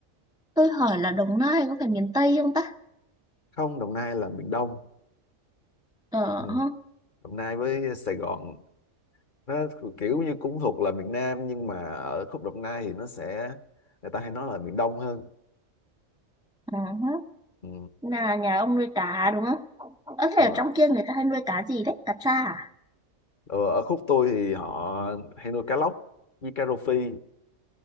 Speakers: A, in the centre; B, on the left.
A: tôi hỏi là Đồng Nai có phải miền Tây không ta
B: không Đồng Nai là miền Đông
A: ờ
B: ừ.
A: ha,
B: Đồng Nai với Sài Gòn nó kiểu như cũng thuộc là miền Nam nhưng mà ở khúc Đồng Nai thì nó sẽ người ta hay nói là miền Đông hơn
A: ờ ha.
B: ừ,
A: là nhà ông nuôi cá đúng không? Có
B: đúng
A: thể ở
B: rồi.
A: trong kia người ta hay nuôi cá gì đấy, cá tra à?
B: Ờ, ở khúc tôi thì họ hay nuôi cá lóc với cá rô phi